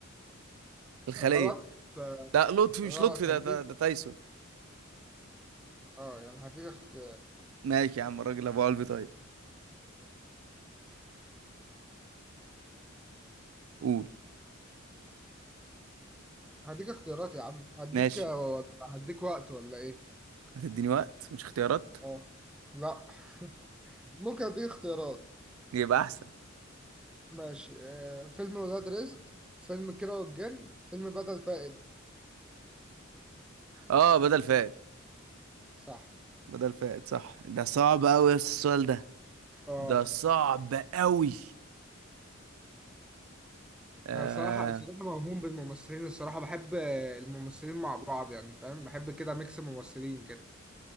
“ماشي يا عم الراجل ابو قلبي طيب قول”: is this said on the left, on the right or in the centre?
Right